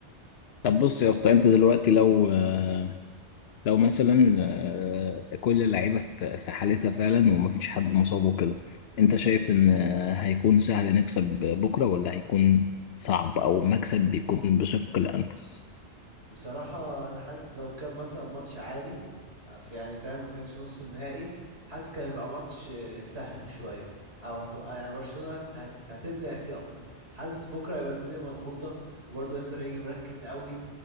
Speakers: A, on the left (about 65°); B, on the right (about 65°).
A: طب بص يا اسطى انت دلوقتي لو آه، لو مثلا آه، كل اللعيبة في في حالتها فعلا ومفيش حد مصاب وكده انت شايف ان آه، هيكون سهل نكسب بكرة ولا هيكون صعب او مكسب بيكون بشق الانفس
B: بصراحة أنا حاسس لو كان مثلا ماتش عادي آه، في يعني فاهم ما كانش نص النهائي حاسس كان يبقى ماتش آه، سهل شوية أو هتبقى يعني برشلونة هت- هت- هتبدع فيه أكتر حاسس بكرة هيبقى الدنيا مضغوطة وبرضه إنتر هيجي مركز قوي